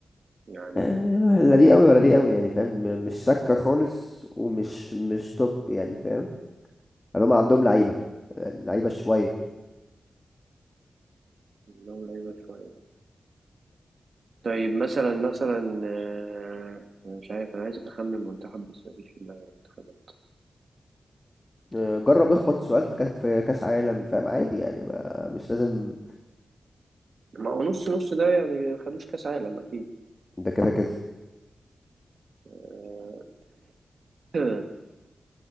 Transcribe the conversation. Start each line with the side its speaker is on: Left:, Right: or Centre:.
Right: يعني
Left: يعني ما- لا دي قوي ولا دي قوي يعني فاهم م- مش سكة خالص ومش مش توب يعني فاهم يعني هم عندهم لعيبة لعيبة شوية
Right: منهم لعيبة شوية طيب مثلا مثلا آه، أنا مش عارف أنا عايز أخمن منتخب بس مفيش في دماغي منتخبات
Left: آه، جرب
Right: آه،
Left: اخبط سؤال في كا- في كأس عالم فاهم عادي يعني ما مش لازم
Right: ما هو نص نص ده يعني ما خدوش كأس عالم أكيد
Left: ده كده كده
Right: آه، <laughs>